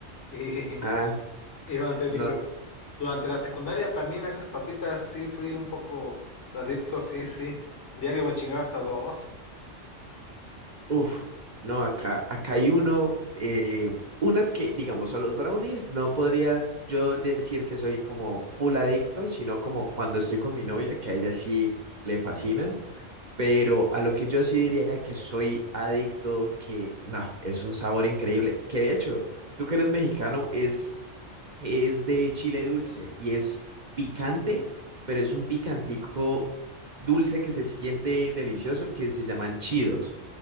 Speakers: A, on the left (about 65°); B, on the right (about 35°).
A: Y,
B: Ah,
A: y durante
B: no,
A: mi pre- durante la secundaria también a esas papitas sí fui un poco adicto, sí, sí. Diario me chingaba hasta dos.
B: Uf, no, acá, acá hay uno, eh, unas que, digamos, a los brownies no podría yo decir que soy como full adicto, sino como cuando estoy con mi novia, que a ella sí le fascinan, pero a lo que yo sí diría que soy adicto, que no, es un sabor increíble, que de hecho, tú que eres mexicano, es es de chile dulce y es picante, pero es un picantico dulce que se siente delicioso, que se llaman chidos,